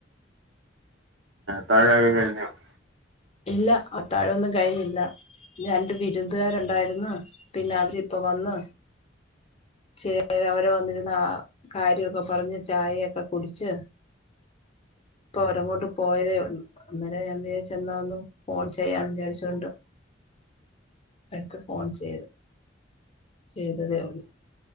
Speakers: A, on the right; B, on the left.
A: താഴ വ <unintelligible>
B: ഇല്ല അത്താഴൊന്നും കഴിഞ്ഞില്ല രണ്ട് ബിരുന്തുകാരുണ്ടാരുന്നു പിന്നെ അവരിപ്പൊ വന്ന് ശ അ അവരെ വന്നിരുന്ന ആ കാര്യക്കെ പറഞ്ഞ് ചായയൊക്കെ കുടിച്ച് ഇപ്പൊ ഓരങ്ങോട്ട് പോയതേ ഉള്ളൂ അന്നേരെ ഞാൻ വിചാരിച്ചു എന്നാഒന്ന് ഫോൺ ചെയ്യാന്ന് വിചാരിച്ചോണ്ട് എടുത്ത് ഫോൺ ചെയ്ത് ചെയ്തതേ ഉള്ള്